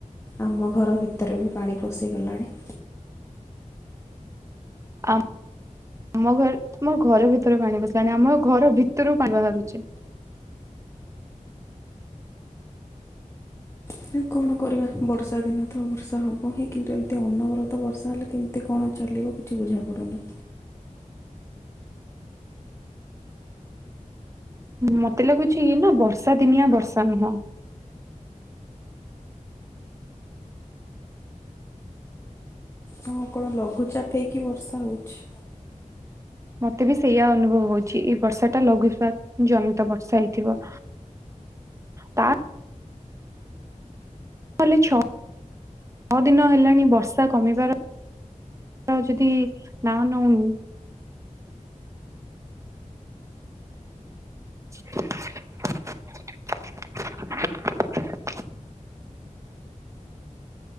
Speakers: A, on the left; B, on the right.
A: ଆମ ଘର ଭିତରେ ବି ପାଣି ପଶିଗଲାଣି।
B: ଆମ ଆମ ଘରେ ତମ ଘର ଭିତରେ ପାଣି ବସିଲାଣି ଆମ ଘର ଭିତରୁ ପାଣି ବାହାରୁଚି।
A: ସେ କଣ କରିବା ବର୍ଷା ଦିନ ତ ବର୍ଷା ହବ ହିଁ, କିନ୍ତୁ ଏମିତି ଅନବରତ ବର୍ଷା ହେଲେ କେମ ଏତେ କଣ ଚାଲିବ କିଛି ବୁଝାପଡୁନି।
B: ମତେ ଲାଗୁଛି ଇଏ ନା ବର୍ଷା ଦିନିଆ ବର୍ଷା ନୁହଁ।
A: ହଁ କଣ ଲଘୁଚାପ ହେଇକି ବର୍ଷା ହଉଛି।
B: ମତେ ବି ସେଇୟଆ ଅନୁଭବ ହଉଛି ଏଇ ବର୍ଷା ଟା ଲଘୁଥିବା ଜମିତ ବର୍ଷା ହେଇଥିବ। ତା କାଲି ଛଅ ଦିନ ହେଲାଣି ବର୍ଷା କମିବାର ଯଦି ନା ନଉନି। <inaudible>